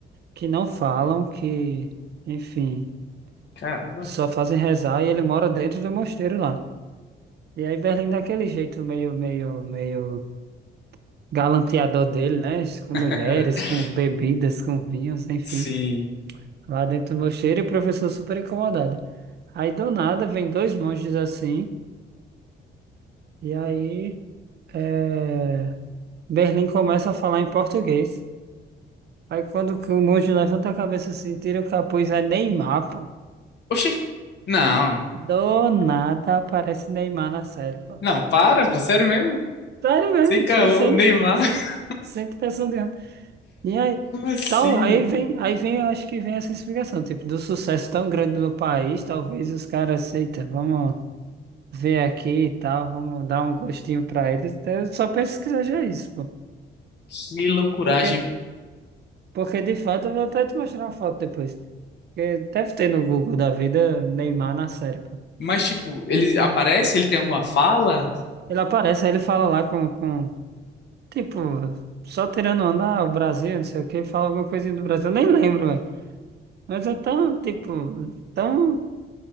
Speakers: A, on the right; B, on the left.
A: que não falam, que, enfim,
B: Caramba.
A: só fazem rezar e ele mora dentro do mosteiro lá. E aí Berlim daquele jeito meio, meio, meio galanteador dele, né? Com
B: <laughs>
A: mulheres, com bebidas, com vinhos, enfim.
B: Sim.
A: Lá dentro do mosteiro e o professor super incomodado. Aí do nada vem dois monges assim, e aí é, Berlim começa a falar em português. Aí quando que o monge levanta a cabeça assim, tira o capuz, é Neymar, pô.
B: Oxi. Não.
A: Do nada aparece Neymar na série, pô.
B: Não, para, pô, sério mesmo?
A: Sério mesmo,
B: Sem caô,
A: sem, sem,
B: Neymar.
A: sem,
B: <laughs>
A: sem pressão de E aí,
B: Como assim?
A: tal, aí
B: velho?
A: vem, aí vem, eu acho que vem essa explicação, tipo, do sucesso tão grande no país, talvez os caras, aceitem vamos ver aqui e tal, vamos dar um gostinho pra eles. Eu só penso que seja isso, pô.
B: Que loucuragem.
A: Porque, porque de fato, eu vou até te mostrar uma foto depois. Porque deve ter no Google da vida Neymar na série, pô.
B: Mas, tipo, ele aparece? Ele tem alguma fala?
A: Ele aparece, aí ele fala lá com, com tipo, só tirando onda, ah, o Brasil, não sei o que, fala alguma coisinha do Brasil, eu nem lembro, velho. Mas é tão, tipo, tão.